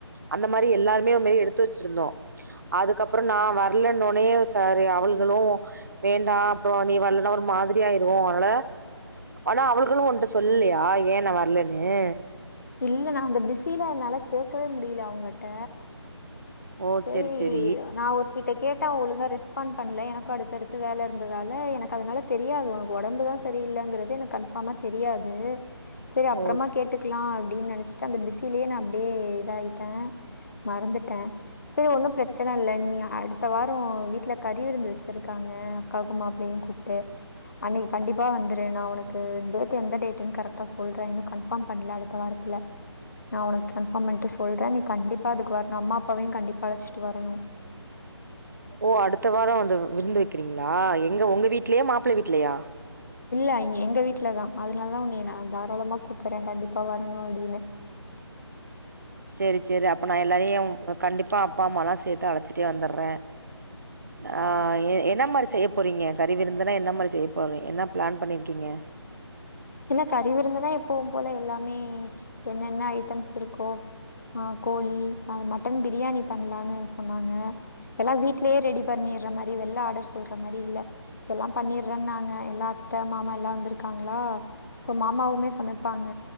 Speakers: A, on the right (about 40°); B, on the left (about 40°).
A: அந்த மாரி எல்லாருமே முன்னாடியே எடுத்து வச்சிருந்தோ அதுக்கப்பற நா வரலன்னொனே சரி அவள்களு வேண்டா அப்ற நீ வர்லன ஒரு மாதிரியாயிருவ அதனால ஆனா அவள்களு ஓங்கிட்ட சொல்லயா ஏய நா வர்லன்னு
B: இல்ல நா அந்த பிஸில என்னால கேக்கவே முடியல அவங்கிட்ட
A: ஓ
B: சேரி
A: செரி செரி
B: நா ஒரு த்திட்ட கேட்ட அவ ஒழுங்கா ரெஸ்பாண் பண்ணல எனக்கும் அடுத்தடுத்து வேல இருந்ததால எனக்கு அதனால தெரியாது உனக்கு உடம்பு தா ச சரியில்லங்கறது எனக்கு கன்ஃபாமா தெரியாது சரி அப்பறமா
A: ஓ
B: கே கேட்டுக்குல்லா அப்டின்னு நெனச்சிட்டு அந்த பிசிலே நா அப்டியே இதாகிட்ட மறந்துட்ட சோ ஒன்னு பிரச்சன இல்ல நீ அடுத்த வார வீட்டுல கறிவிருந்து வச்சிருக்காங்க அக்காக்கு மாப்ளையு கூப்ட்டு அன்னிக்கு கண்டிப்பா வந்துரு நா உனக்கு டேட் எந்த டேட்டுன்னு கரெக்டா சொல்ற இன்னு கன்ஃபார்ம் பண்ணல அ அடுத்த வாரத்துல நா உனக்கு கன்ஃபார்ம் பண்ட்டு சொல்ற நீ கண்டிப்பா அதுக்கு வர்ணும் அம்மா அப்பாவையு கண்டிப்பா அழச்சிட்டு வரணும்
A: ஓ அடுத்த வார அந்த விருந்து வெக்கிறீங்களா எங்க உங்க வீட்லயா மாப்ள வீட்லயா
B: இல்ல இங்க எங்க வீட்டுல தா அதுனால தான உன்னய நா தாராளமா கூப்பற கண்டிப்பா வரணு அப்டின்னு
A: சேரி சேரி அப்ப நா எல்லாரையு கண்டிப்பா அப்பா அம்மாலா சேத்து அழச்சுட்டே வந்துடுற ஆ என்ன மாரி செய்ய போறீங்க கறிவிருந்துன்னா என்ன மாரி செய்ய போறி என்ன பிளான் பண்ணிருக்கீங்க
B: என்ன கறி விருந்துன்னா எப்பவு போல எல்லாமே என்னென்ன ஐட்டம்ஸ் இருக்கோ ஆ கோழி அ மட்டன் பிரியாணி பண்ணலானு சொன்னாங்க இப்ப எல்லா வீட்லயே ரெடி பண்ணிற மாரி வெள்ள ஆர்டர் சொல்ற மாரி இல்ல எல்லா பண்ணிறன்னாங்க எல்லா அத்த மாமா எல்லா வந்திருக்காங்களா சோ மாமாவுமே சமைப்பாங்க